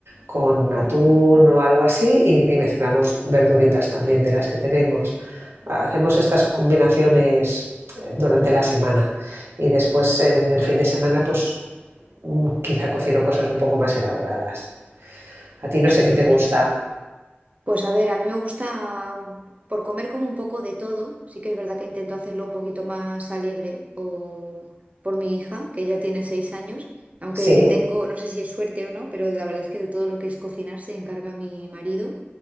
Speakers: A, on the right; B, on the right.
A: con atún o algo así y, y mezclamos verduritas también de las que tenemos. Hacemos estas combinaciones eh, durante la semana y después en el fin de semana pues mm, quizá cocino cosas un poco más elaboradas. A ti
B: Ah,
A: no
B: Súper
A: sé qué te
B: bien.
A: gusta.
B: Pues a ver, a mí me gusta por comer como un poco de todo. Sí que es verdad que intento hacerlo un poquito más alegre o por mi hija, que ya tiene seis años. Aunque
A: Sí.
B: tengo, no sé si es suerte o no, pero la verdad es que de todo lo que es cocinar se encarga mi marido.